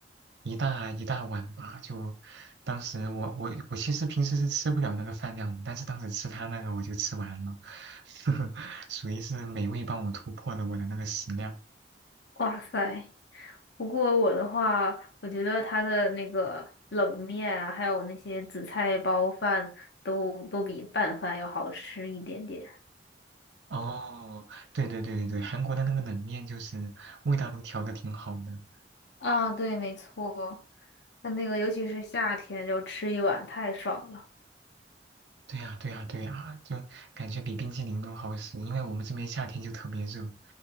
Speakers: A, on the right; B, on the left.
A: 一大一大碗吧，就当时我我我其实平时是吃不了那个饭量的，但是当时吃他那个我就吃完了，<laughs> 属于是美味帮我突破了我的那个食量。
B: 哇塞，不过我的话，我觉得它的那个冷面啊，还有那些紫菜包饭都都比拌饭要好吃一点点。
A: 哦，对对对对对，韩国的那个冷面就是味道都调的挺好的。
B: 啊，对，没错，它那个尤其是夏天，就吃一碗太爽了。
A: 对呀对呀对呀，就感觉比冰淇淋都好吃，因为我们这边夏天就特别热，